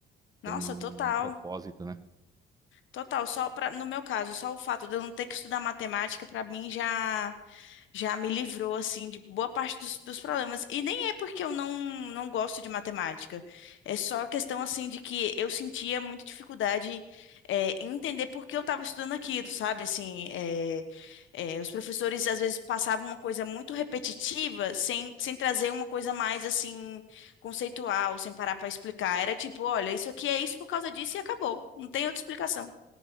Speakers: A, on the left; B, on the right.
A: Nossa,
B: Ter um
A: total.
B: propósito, né?
A: Total, só para no meu caso, só o fato de eu não ter que estudar matemática para mim já já me livrou assim de boa parte dos, dos problemas. E nem é porque eu não, não gosto de matemática. É só questão assim de que eu sentia muita dificuldade é, em entender por que eu estava estudando aquilo, sabe? Assim, é, é, os professores às vezes passavam uma coisa muito repetitiva sem, sem trazer uma coisa mais assim conceitual, sem parar para explicar. Era tipo, olha, isso aqui é isso por causa disso e acabou. Não tem outra explicação.